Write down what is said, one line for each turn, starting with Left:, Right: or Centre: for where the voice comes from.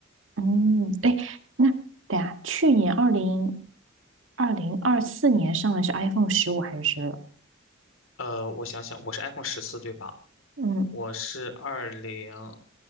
Right: 嗯，哎，那对啊，去年二零二零二四年上的是 iPhone 十五还是十六？
Left: 呃，我想想，我是 iPhone 十四对吧？
Right: 嗯，
Left: 我是二零